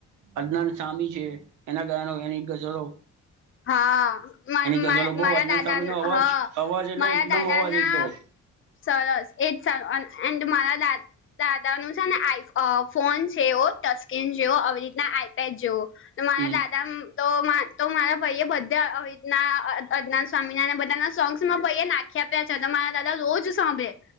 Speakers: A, on the right (about 80°); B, on the left (about 45°).
A: અજ્ઞાન સામી છે એના ગયાનો એની ગજરો
B: હા. માર-માર
A: ગઝલો બહુ
B: મારા
A: અદનાન
B: દાદા
A: સામીનો
B: ન
A: અવાજ
B: હ
A: અવાજ એટલે
B: મારા
A: એકદમ
B: દાદાના
A: અવાજ એકદમ
B: સરસ એજ સારું અન એન્ડ મારા દા દાદા નું છે ને આઈ અ ફોન છે એવો ટચસ્કીન જેવો આવી રીતના આઈપેડ જેવો તમારા
A: હમ
B: દાદા મ તો મા-મારા ભઈ એ બધા આવીતના અ અદનાન સ્વામિના ન બધાના સોંગ્સ માર ભઈ એ નાખ્યા યા છે તો મારા દાદા રોજ સાંભળે.